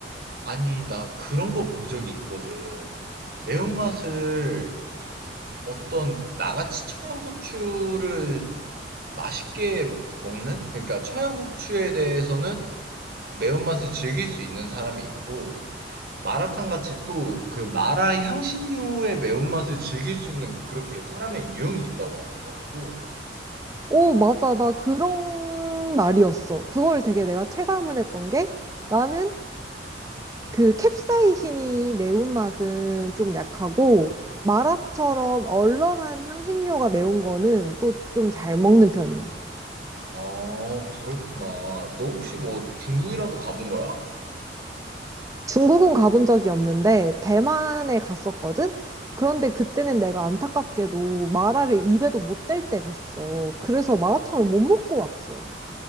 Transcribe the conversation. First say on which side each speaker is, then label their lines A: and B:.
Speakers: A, on the right; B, on the right.
A: 아니, 나 그런 거 본 적이 있거든. 매운맛을 어떤 나같이 청양고추를 맛있게 먹는? 그러니까 청양고추에 대해서는 매운맛을 즐길 수 있는 사람이 있고, 마라탕 같이 또 그 마라 향신료의 매운맛을 즐길 수 있는 그렇게 사람의 유형이 있다고 하더라고.
B: 오, 맞아. 나 그런 말이었어. 그걸 되게 내가 체감을 했던 게 나는 그 캡사이신이 매운맛은 좀 약하고 마라처럼 얼얼한 향신료가 매운 거는 또 좀 잘 먹는 편이야.
A: 아, 그렇구나. 너 혹시 뭐 중국이라도 가본 거야?
B: 중국은 가본 적이 없는데 대만에 갔었거든? 그런데 그때는 내가 안타깝게도 마라를 입에도 못 댈 때 갔어. 그래서 마라탕을 못 먹고 왔어.